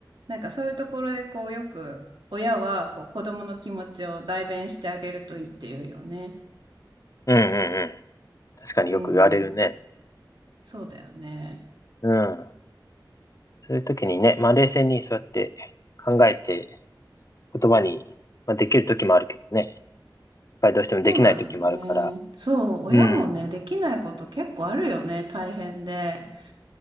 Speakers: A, on the right; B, on the left.
A: なんかそういうところでこう、よく親はこう、子供の気持ちを代弁してあげるといいっていうよね。
B: うん、うん。確かによく言われるね。
A: うん、そうだよね。
B: うん。そういう時にね、まあ冷静にそうやって考えて言葉に、まあ、できる時もあるけどね、やっぱりどうしてもできない時もあるから、
A: そうなんだよね。そう、親もね、
B: うん、
A: できないこと結構あるよね、大変で。